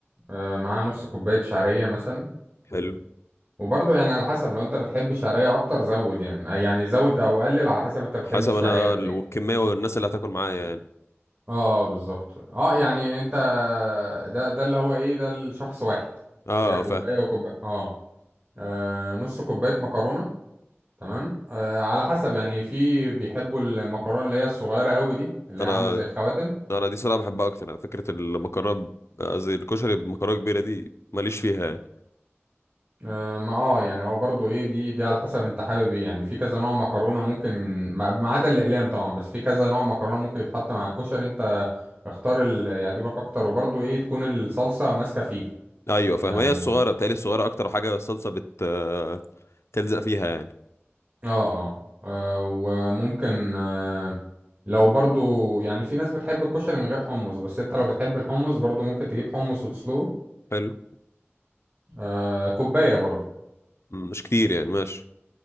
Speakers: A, on the right; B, on the left.
A: آه مع نص كوباية شعرية مثلا
B: حلو
A: وبرضه يعني على حسب لو انت بتحب الشعرية اكتر زود يعني آه، يعني زود او قلل على حسب انت بتحب
B: حسب
A: الشعرية
B: أنا
A: قد
B: الكمية
A: ايه
B: والناس اللي هتاكل معايا يعني
A: اه بالظبط اه يعني انت ده ده اللي هو ايه ده الشخص واحد
B: آه
A: هي كوباية
B: فاهم
A: وكوباية اه آه، نص كوباية مكرونة تمام آه على حسب يعني في بيحبوا المكرونة اللي هي الصغيرة قوي دي اللي
B: أنا
A: هي عاملة زي الخواتم
B: أنا دي صراحة بحبها أكتر يعني، فكرة المكرونة ب- قصدي الكشري بمكرونة كبيرة دي ماليش فيها يعني
A: آه، ما اه يعني هو برضو ايه دي دي على حسب انت حابب ايه يعني في كذا نوع مكرونه ممكن ما ما عدا الاقلام طبعا بس في كذا نوع مكرونه ممكن يتحط مع الكشري انت اختار اللي يعجبك اكتر وبرضو ايه تكون الصلصه ماسكه فيه
B: أيوة فاهم
A: يعني
B: هي الصغيرة بتهيألي الصغيرة أكتر حاجة الصلصة بت آه، تلزق فيها يعني
A: اه اه, آه وممكن آه لو برضو يعني في ناس بتحب الكشري من غير حمص بس انت لو بتحب الحمص برضو ممكن تجيب حمص وتسلقه
B: حلو
A: آه كوبايه برضو
B: مش كتير يعني ماشي